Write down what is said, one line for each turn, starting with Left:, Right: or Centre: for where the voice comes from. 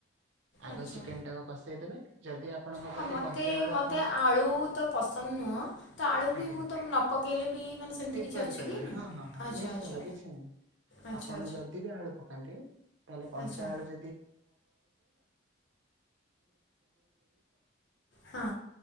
Right: ଆଗ
Left: ଆଚ୍ଛା
Right: ଚିକେନ୍ ଟାକୁ କସେଇ ଦେବେ। ଯଦି ଆପଣଙ୍କ
Left: ହଁ
Right: ପାଖେ
Left: ମତେ
Right: କଞ୍ଚା ଆଳୁ
Left: ମତେ
Right: ଆପଣ
Left: ଆଳୁ ତ ପସନ୍ଦ ନୁହଁ। ତ ଆଳୁ
Right: ଆଜ୍ଞା
Left: ବି ମୁଁ ତାକୁ ନ ପକେଇଲେ ବି ମାନେ ସେମିତି
Right: ସ୍କିପ୍
Left: କିଛି
Right: କରିପାରିବେ
Left: ଅଛି କି ନା?
Right: ହଁ ହଁ ହଁ
Left: ଆଚ୍ଛା
Right: ନିଶ୍ଚିନ୍ତ
Left: ଆଚ୍ଛା
Right: କିଛି ନାହିଁ
Left: ଆଚ୍ଛା ଆଚ୍ଛା
Right: ଆପଣ ଯଦିବି ଆଳୁ ପକାନ୍ତି ତାହେଲେ କଞ୍ଚା
Left: ଆଚ୍ଛା
Right: ଆଳୁ <unintelligible>
Left: ହଁ